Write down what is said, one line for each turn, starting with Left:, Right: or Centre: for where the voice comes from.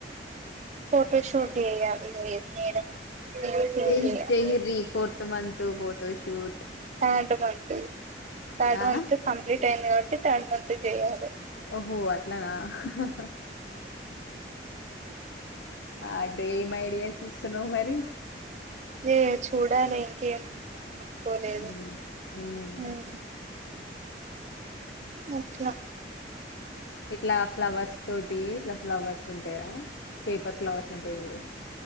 Right: ఫోటో షూట్ ఏయాలి మీరు మేడం థీమ్
Left: చేయి
Right: చేయాలి
Left: చేయిరి fourth month photoshoot
Right: third month third
Left: ఆ
Right: మంత్ కంప్లీట్ అయింది కాబట్టి థర్డ్ మంత్ చేయాలి
Left: ఓహో అట్లానా హహ అడే ఏం ఐడియా సిస్తున్నావు మరి
Right: లే చూడాలి ఇంకేం అనుకోలేదు
Left: ఉమ్, ఉమ్.
Right: ఉ అట్లా
Left: ఇట్లా ఫ్లవర్స్ తోటి ఇట్లా ఫ్లవర్స్ ఉంటయా పేపర్ ఫ్లవర్స్ ఉంటాయి చూడు